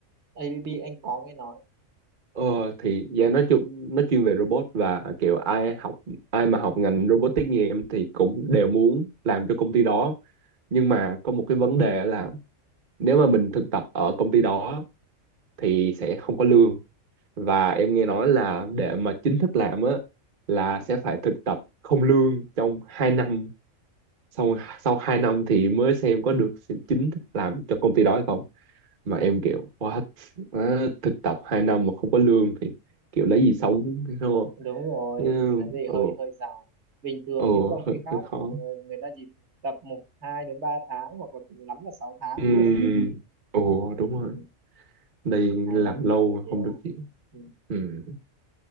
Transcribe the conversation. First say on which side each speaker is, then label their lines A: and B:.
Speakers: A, on the right; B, on the right.
A: ABB anh có nghe nói
B: Ờ thì dạ nói chung nó chuyên về robot và kiểu ai học ai mà học ngành robotics như em thì cũng đều muốn làm cho công ty đó. Nhưng mà có một cái vấn đề là nếu mà mình thực tập ở công ty đó thì sẽ không có lương và em nghe nói là để mà chính thức làm á là sẽ phải thực tập không lương trong hai năm xong sau 2 năm thì mới xem có được chính thức làm cho công ty đó hay không mà em kiểu what Á, thực tập 2 năm mà không có lương thì kiểu lấy gì sống đúng không
A: đúng rồi
B: ừ
A: thì thấy gì
B: ừ,
A: hơi hơi dài bình thường
B: ừ
A: những công
B: hơi,
A: ty khác
B: hơi khó
A: mà người ta chỉ thực tập một hai đến ba tháng hoặc là cùng lắm là sáu tháng
B: ừ
A: thôi
B: ừ đúng rồi
A: ừ.
B: đây
A: hai
B: làm
A: năm
B: lâu
A: thì hơi
B: mà
A: nhiều
B: không được gì
A: ừ.
B: ừ